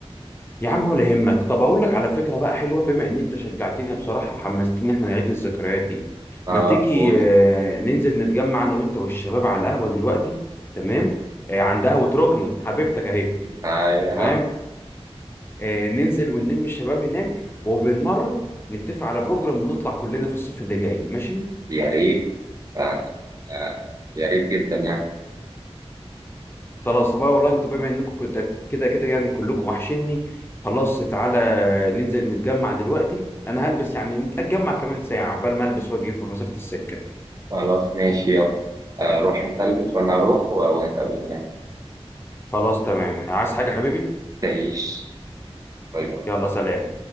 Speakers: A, on the left; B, on the right.
A: يا عم ولا يهمك طب اقول لك على فكره بقى حلوه بما ان انت شجعتني بصراحه وحمستني احنا نعيد الذكريات دي
B: اه
A: ما تيجي
B: قول
A: آه، ننزل نتجمع انا وانت والشباب على القهوه دلوقتي تمام آه، عند قهوه ركنه حبيبتك اهي
B: ايوه
A: تمام
B: يا عم
A: آه، ننزل ونلم الشباب هناك وبالمره نتفق على بروجرام ونطلع كلنا في الصيف اللي جاي ماشي
B: يا ريت آه، آه، يا ريت جدا يعني
A: خلاص بقى والله انت بما انكم كنت- كده كده يعني كلكم وحشني خلاص تعالى ننزل نتجمع دلوقتي انا هلبس يعني نتجمع كمان ساعه عقبال ما البس واجي في مسافه السكه
B: خلاص ماشي يلا آه، روح انت البس وانا اروح و- ونتقابل هناك
A: خلاص تمام عايز حاجه حبيبي
B: تعيش باي باي
A: يلا سلام